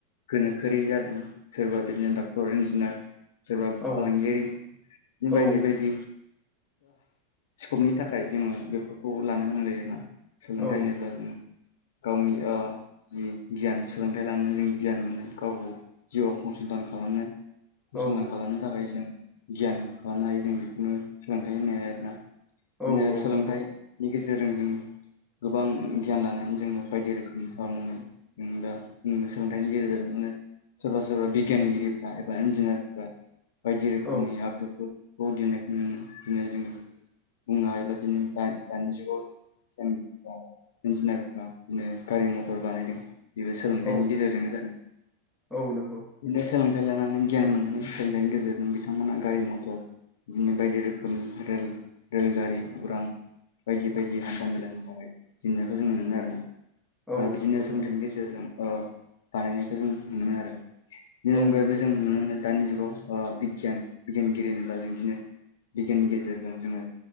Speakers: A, on the left (about 80°); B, in the centre.
A: गोनोखोआरि जादों सोरबा बिदि नो डाक्टर इन्जिनियार सोरबा फालांगियारि
B: औ
A: बिदि
B: औ
A: बायदि बायदि स्कपनि थाखाय जोंङो बेफोरखौ लानो गोनां जायो आरोना सोलोंथाइ
B: औ
A: होनोब्ला जों गावनि आ जि गियान सोलोंथाइ लानो जों गियान मोनो गाव जिउआव फसंथान खालामनो फसंथान
B: औ
A: खालामनो थाखाय जों गियान खालामनो हायो जों बेखौनो सोलोंथाइ होनो आरोना बिदिनो
B: औ औ
A: सोलोंथाइ
B: नंगौ
A: नि गेजेरजों जोंङो गोबां गियान लानानै जोंङो बायदि रोखोमनि हाबा मावनाय जों दा सोलोंथाइनि गेजेरजोंनो सोरबा सोरबा बि गियानगिरिफ्रा एबा इन्जिनियारफ्रा बायदि रोखोमनि
B: औ
A: आगजुफोर <unintelligible> दिनै जोंङो बुंनो हायोब्ला दिनै दानि जुगाव दानि जुगाव इन्जिनियारफ्रा बिदिनो गारि मथर बानायदों। बेबो सोलोंथाइनि
B: औ
A: गेजेरजोंनो जादों।
B: औ नंगौ
A: बिदिनो सोलोंथाइ लानानै गियान मोननानै सोलोंथाइनि गेजेरजों बिथांमोना गारि मथर बिदिनो बायदि रोखोमनि रेल रेलगारि उरां बायदि बायदि हान्था मेलानि थाखाय जेंनाखौ जों नुनो मोनो आरोना
B: औ
A: आ बिदिनो
B: नंगौ
A: सोलोंथाइनि
B: नंगौ
A: गेजेरजों बानायनायखौ जों नुनो मोनो आरो बेनि
B: औ
A: अनगायैबो
B: नंगौ
A: जों नुनो मोनो दानि जुगाव ओ बिगियान बिगियानगिरि होनोब्ला जों बिदिनो बिगियाननि गेजेरजों जोंङो